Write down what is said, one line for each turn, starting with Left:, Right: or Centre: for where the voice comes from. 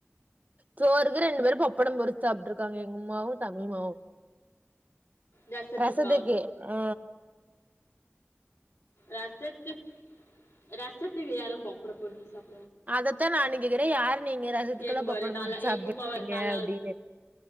Right: சோறுக்கு ரெண்டு பேரும் பப்படம் பொருச்சு சாப்ட்டு இருக்காங்க எங்க அம்மாவு தம்பிமாவு
Left: ரசத்துக்கா
Right: ரசத்துக்கு அ
Left: ரசத்து ரசத்துக்கு யாரும் பொப்பட பொரிஞ்சு சாப்
Right: அதத்தா நானுங்கேக்கிறே யாரு நீங்க ரசதுக்குலா
Left: எங்க
Right: பப்பட
Left: பாரு நல்லா
Right: வெச்சு சாப்பிட்றீங்க
Left: எங்க உம்மா வேற நல்லா
Right: அப்டின்னு